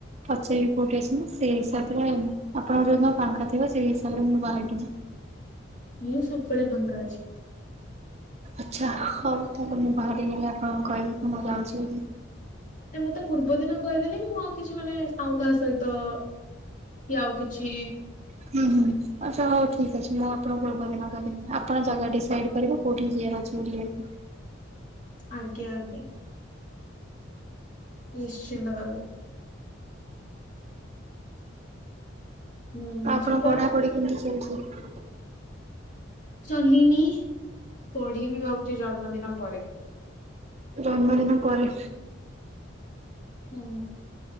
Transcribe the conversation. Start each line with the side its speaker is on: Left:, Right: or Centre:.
Right: ପଚାରିବି କୋଉଠି ଅଛନ୍ତି, ସେଇ ହିସାବରେ ଆପଣ ଯୋଉ ଦିନ ଫାଙ୍କା ଥିବେ ସେଇ ହିସାବରେ ମୁଁ ବାହାରିିବି ଯିବି। <inaudible>
Left: ମୁଁ ସବୁବେଳେ ଫାଙ୍କା ଅଛି।
Right: ଆଛା, ହଉ ତାହାଲେ ମୁଁ ବାହାରିକି ଗଲେ ଆପଣଙ୍କୁ କହିବି କି -ମୁ ଯାଉଛି ବୋଲି
Left: ମତେ ପୂର୍ବ ଦିନ କହିଦେଲେ ବି -ମୁଁ ଆଉ କିଛି ମାନେ ଆଉ କାହା ସହିତ କି ଆଉ କିଛି
Right: ହୁଁ ହୁଁ ଆଛା ହୋଉ ଠିକଅଛି ମୁଁ ଆପଣଙ୍କୁ ପୂର୍ବଦିନ କହିବି ଆପଣ ଜାଗା ଡିସାଇଡ୍ କରିବେ କୋଉଠିକି ଯିବାର ଅ ଶୋଇଥିଲେ। <unintelligible>
Left: ଆଜ୍ଞା ଆଜ୍ଞା। ନିଶ୍ଚିନ୍ତ ଭାବେ। ହୁଁ
Right: ଆଉ ଆପଣଙ୍କ
Left: ଯିବା
Right: ପଢାପଢି କେମତି ଚାଲିଚି?
Left: ଚଲିନି ପଢିବି ଭାବୁଚି ଜନ୍ମଦିନ ପରେ।
Right: ଜନ୍ମଦିନ ପରେ?
Left: ହୁଁ।